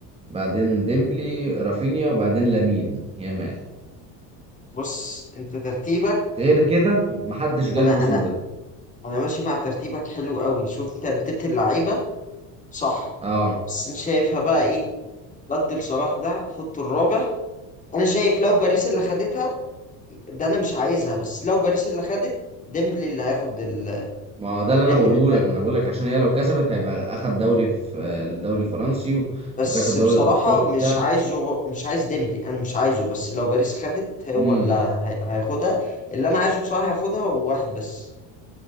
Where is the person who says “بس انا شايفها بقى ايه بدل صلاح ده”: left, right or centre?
Left